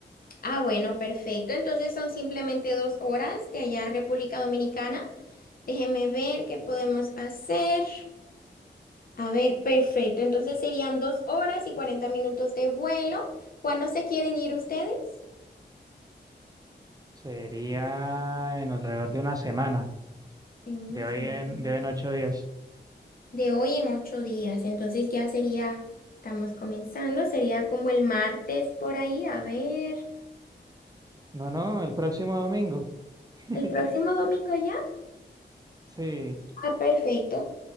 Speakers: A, on the left (about 50°); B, on the right (about 20°).
A: Ah, bueno, perfecto. Entonces son simplemente dos horas de allá a República Dominicana. Déjeme ver qué podemos hacer. A ver, perfecto. Entonces serían dos horas y 40 minutos de vuelo. ¿Cuándo se quieren ir ustedes?
B: Sería en alrededor de una semana,
A: En una
B: de hoy
A: semana.
B: en, de hoy en ocho días.
A: De hoy en ocho días. Entonces ya sería, estamos comenzando, sería como el martes por ahí. A ver,
B: No, no, el próximo domingo. <laughs>
A: ¿el próximo domingo ya?
B: Sí,
A: Ah, perfecto.